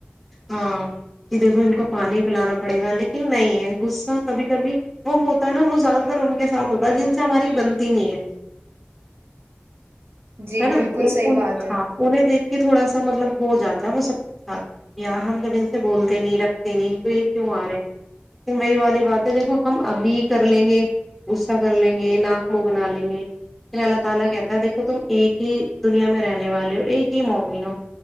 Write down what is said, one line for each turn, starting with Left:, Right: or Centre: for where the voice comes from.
Centre: ہاں کہ دیکھو ان کو پانی پلانا پڑے گا لیکن نہیں ہے غصہ کبھی کبھی وہ ہوتا ہے نا وہ زیادہ تر ان کے ساتھ ہوتا ہے جن سے ہماری بنتی نہیں ہے
Right: جی
Centre: ہے نا
Right: بالکل
Centre: ان
Right: صحیح بات ہے
Centre: ہاں انہیں دیکھ کے تھوڑا سا ہ تم ایک ہی دنیا میں رہنے والے ہو ایک ہی مومن ہو